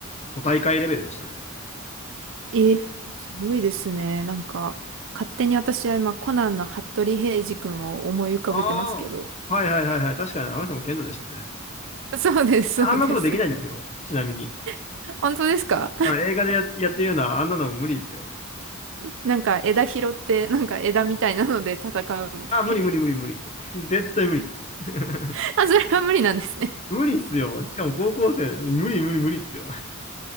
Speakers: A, on the left; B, on the right.
A: 都大会レベルでしたね。
B: えー、すごいですね。なんか、勝手に私は今、コナンの服部平次君を思い浮かべてますけど。
A: ああ。はいはいはいはい。確かにあの人も剣道でしたね。
B: <laughs> そうです、
A: ああんなことできないですよ。
B: そうです。
A: ちなみに。
B: <laughs> 本当ですか
A: あ、映画でや、やってるような、あんなのも無理ですよ。
B: <laughs> なんか枝拾って、なんか枝みたいなので戦うみたいな。
A: あ、無理無理無理無理。<laughs> 絶対無理。<laughs>
B: <laughs> あ、それは無理なんですね。
A: 無理っすよ。しかも高校生、無理無理無理っすよ。